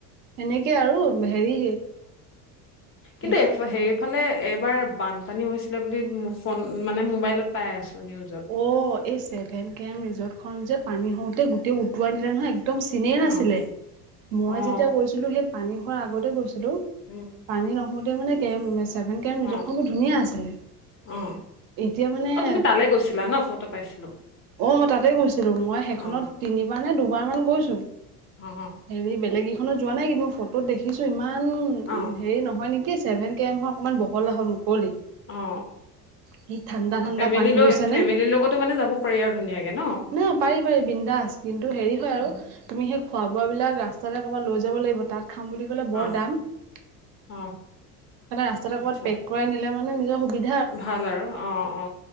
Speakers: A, on the right; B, on the left.
A: সেনেকে আৰু হেৰি সেই
B: কিন্তুফ সেইফালে এইবাৰ বানপানী হৈছিলে বুলি ফোন মানে মোবাইলত পাই আছো। নিউজত
A: অ এই ছেভেন কেম ৰিজৰ্ট খন যে পানী হওঁতে গোটেই উটোৱা নি নহয় একদম চিনে নাছিলে
B: অ
A: মই
B: অ
A: যেতিয়া গৈছিলো সেই পানী হোৱাৰ আগতে গৈছিলো।
B: উম
A: পানী নহোতে মানে চেভেন কেম
B: অ
A: ধুনিয়া আছিলে
B: অ
A: এতিয়া মানে।
B: অ তুমি তালে গৈছিলা ন ফটো পাইছিলো
A: অ মই তাতে গৈছিলো মই সেইখনত
B: অ
A: তিনিবাৰ নে দুবাৰ মান গৈছো।
B: অ
A: হেৰি বেলেগ কেইখনত যোৱা নাই কিন্তু মই ফটোত দেখিছো ইমান
B: অ
A: হেৰি নহয় নেকি ছেভেন কে এমহৰ অকণমান বহল আহল মুকলি।
B: অ
A: কি ঠাণ্ডা
B: অ
A: ঠাণ্ডা
B: ফেমিলি
A: পানী
B: লৈ
A: বৈছে
B: ফেমিলিৰ
A: নে। না
B: লগতো মানে যাব পাৰি আৰু ধুনীয়াকে ন
A: পাৰি পাৰি বিন্দাছ কিন্তু হেৰি হয় আৰু
B: উম
A: তুমি সেই খোৱা বোৱাবিলাক ৰাস্তাৰে ক'ৰবাত লৈ যাব লাগিব তাত খাম বুলি ক'লে বৰ
B: অ
A: দাম মানে
B: অ
A: ৰাস্তাতে
B: আচ্ছা
A: ক'ৰবাত পেক কৰাই নিলে মানে নিজৰ সুবিধ-
B: ভাল আৰু অ অ